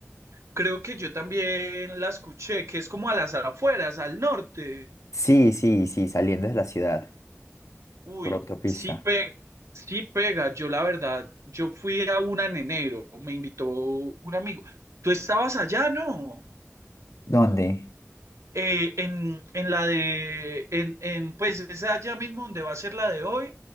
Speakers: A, on the right; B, on the left.
A: creo que yo también la escuché, que es como a las afueras, al norte.
B: Sí, sí, sí, saliendo de la ciudad,
A: Uy,
B: por autopista.
A: sí pega sí pega. Yo la verdad, yo fui a una en enero, me invitó un amigo. ¿Tú estabas allá, no?
B: ¿Dónde?
A: eh, en, en la de, en, en, pues es allá mismo donde va a ser la de hoy,